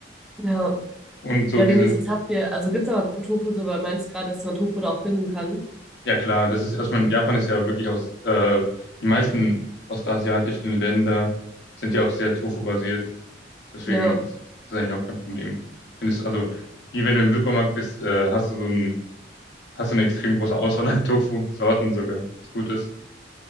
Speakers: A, in the centre; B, on the left (about 60°).
A: Ja.
B: Und so
A: Ja,
B: dieses
A: wenigstens habt ihr, also gibt's aber Tofu, so weil du meinst gerade, dass man Tofu da auch finden kann.
B: Ja klar, das ist, also ich meine, Japan ist ja wirklich aus, äh, die meisten ostasiatischen Länder sind ja auch sehr Tofu-basiert, deswegen
A: Ja.
B: ist das eigentlich auch kein Problem. Findest also hier, wenn du im Supermarkt bist, äh, hast du so ein, hast du eine extrem große Auswahl an Tofu-Sorten sogar, was gut ist.